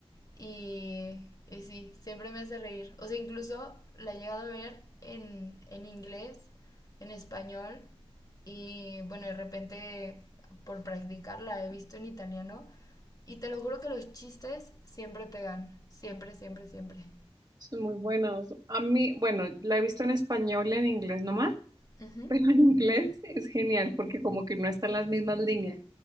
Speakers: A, on the left (about 35°); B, on the right (about 40°).
A: y, y sí, siempre me hace reír. O sea, incluso la he llegado a ver en, en inglés, en español y bueno, de repente por practicar la he visto en italiano y te lo juro que los chistes siempre pegan, siempre, siempre, siempre.
B: Son muy buenas. A mí, bueno, la he visto en español y en inglés nomás.
A: Ujú.
B: Pero en inglés es genial porque como que no están las mismas líneas